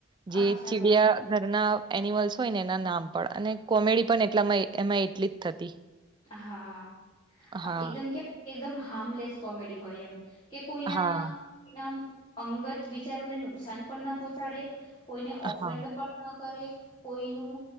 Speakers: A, on the right; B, on the left.
A: જે
B: અચ્છા
A: ચીડિયા
B: બરાબર
A: ઘરના એનિમલ્સ હોય ને એના નામ પણ અને કોમેડી પણ એટલામાં એમાં એટલી જ થતી
B: હા
A: હા,
B: એકદમ કે એકદમ હાર્મલેસ કોમેડી હોય એમ કે કોઈના
A: હા,
B: કો અંગત વિચારોને નુકસાન પણ ના પહોંચાડે કોઈને ઓફેન્ડ
A: હા,
B: પણ કરે કોઈનું